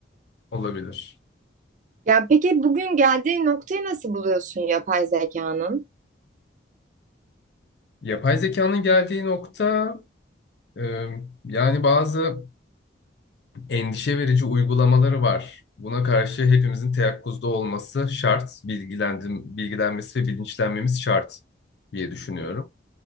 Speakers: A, on the left; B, on the right.
A: Olabilir.
B: Ya peki bugün geldiği noktayı nasıl buluyorsun yapay zekanın?
A: Yapay zekanın geldiği nokta e, yani bazı endişe verici uygulamaları var. Buna karşı hepimizin teyakkuzda olması şart, bilgilendim, bilgilenmesi ve bilinçlenmemiz şart diye düşünüyorum.